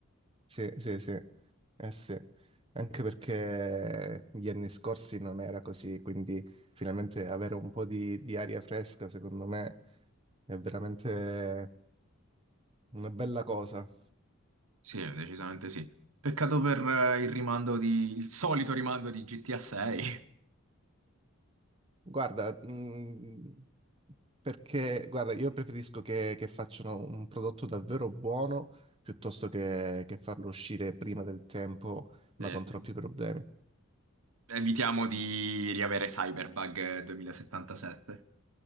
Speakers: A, on the right (about 25°); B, on the right (about 85°).
A: Sì, sì, sì, eh sì, anche perché gli anni scorsi non era così, quindi finalmente avere un po' di, di aria fresca, secondo me, è veramente una bella cosa.
B: Sì, decisamente sì. Peccato per eh, il rimando di, il solito rimando di GTA 6. <laughs>
A: Guarda, mh, perché, guarda, io preferisco che, che facciano un prodotto davvero buono piuttosto che, che farlo uscire prima del tempo, ma
B: Sì,
A: con
B: sì.
A: troppi problemi.
B: Evitiamo di riavere Cyberbug 2077.